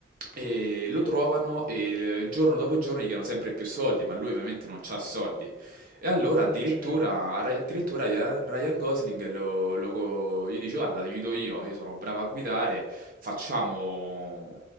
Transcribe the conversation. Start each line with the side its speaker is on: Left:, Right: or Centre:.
Right: e lo trovano e eh, giorno dopo giorno gli chiedono sempre
Centre: sì.
Right: più soldi, ma lui ovviamente non c'ha soldi. E allora addirittura,
Centre: Non ce li ha.
Right: addirittura
Centre: Ok.
Right: Ryan Ryan Gosling lo, lo- gli dice guarda, ti aiuto io, io sono bravo a guidare, facciamo